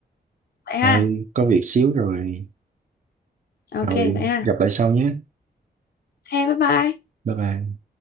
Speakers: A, on the left; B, on the right.
A: vậy
B: thôi
A: ha
B: có việc xíu rồi.
A: ok
B: Thôi
A: vậy ha
B: gặp lại sau nhé.
A: thế bye bye
B: Bye bye.